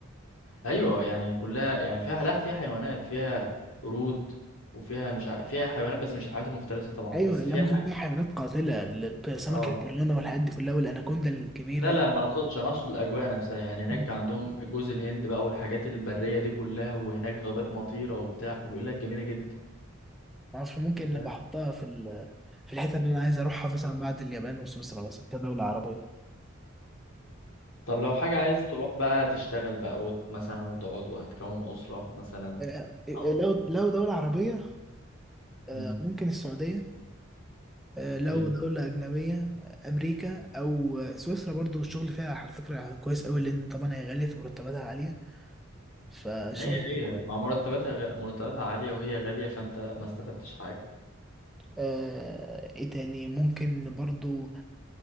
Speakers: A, on the left; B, in the centre.
A: أيوة يعني كلها يعني فيها لا فيها حيوانات فيها قرود وفيها مش ع... فيها حيوانات بس مش الحيوانات المفترسة طبعا
B: ايوه
A: بس
B: الامازون
A: فيها حاجة
B: فيها حيوانات قاتله ال- سمك
A: اه
B: البيرانا والحاجات دي كلها والاناكوندا الكبيره
A: لا لا ما اقصدش انا اقصد الاجواء نفسها يعني هناك
B: مم.
A: عندهم جوز الهند بقى والحاجات البريه دي كلها وهناك غابات مطيره وبتاع فبيقول لك جميله جدا
B: معرفش ممكن
A: أنت فاهم؟
B: انا بحطها في ال... في الحته اللي انا عايز اروحها مثلا بعد اليابان وسويسرا مثلا كدوله عربيه
A: طب لو حاجه عايز تروح بقى تشتغل بقى وت... مثلا وتقعد وهتكون اسره مثلا
B: آه، آه،
A: أو-
B: لو لو دولة عربية آه،
A: امم
B: ممكن السعودية آه، لو
A: ايوه
B: دولة أجنبية آه، أمريكا أو آه، سويسرا برضو الشغل فيها على فكرة كويس أوي لأن طبعا هي غالية فمرتباتها عالية فالشغل
A: ما هي هي
B: فيها كويس
A: مع مرتباتها غ... مرتباتها عاليه وهي غاليه فانت ما استفدتش حاجه
B: آه، إيه تاني ممكن برضو